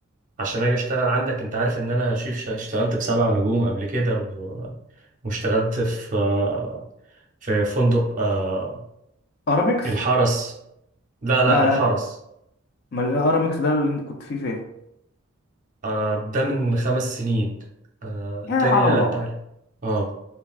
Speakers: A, on the right (about 40°); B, on the left (about 50°).
A: عشان اجي اشتغل عندك انت عارف ان انا شيف ش- اشتغلت بسبع نجوم قبل كده و... واشتغلت في آه، في فندق آه
B: ارامكس
A: الحرس لا لا
B: لا
A: الحرس
B: لا لا ما الارامكس ده اللي انت كنت فيه فين
A: آه ده من خمس سنين آه
B: آه، على
A: تاني نقلت
B: الله
A: عليه اه